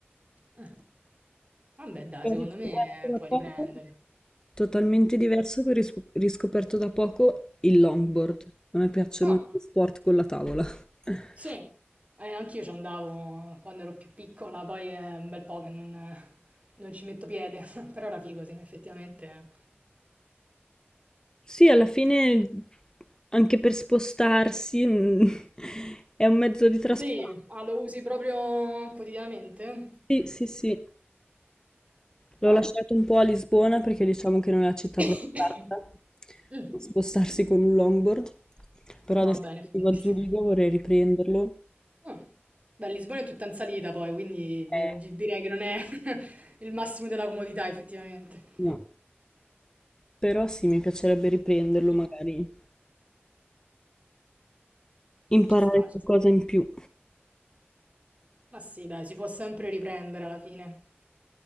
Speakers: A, on the right; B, on the left.
A: Eh. Vabbè, dai,
B: Ho
A: secondo
B: riscoperto
A: me
B: da
A: puoi
B: poco,
A: riprendere.
B: totalmente diverso che ho risco- riscoperto da poco il longboard. A me piacciono
A: Ah,
B: gli sport con la tavola. <laughs>
A: sì, eh, anch'io ci andavo quando ero più piccola, poi è un bel po' che non, non ci metto piede, <laughs> però era figo, sì, effettivamente.
B: Sì, alla fine anche per spostarsi mm, <laughs> è un mezzo di trasporto.
A: Sì, ah, lo usi proprio quotidianamente?
B: Sì, sì, sì. L'ho
A: Ah.
B: lasciato un po' a Lisbona perché diciamo che non è la città
A: <coughs>
B: proprio adatta
A: Mm.
B: per spostarsi con un longboard, però
A: No,
B: adesso
A: beh, in effetti.
B: che vivo a Zurigo vorrei riprenderlo.
A: <laughs> Mh. Beh, Lisbona è tutta in salita poi, quindi di
B: Eh,
A: di direi che non è <laughs> il massimo della comodità effettivamente.
B: no. Però sì, mi piacerebbe riprenderlo,
A: Mm.
B: magari imparare
A: Ci sta, ci
B: qualcosa
A: sta.
B: in più.
A: Ma sì, dai, si può sempre riprendere alla fine.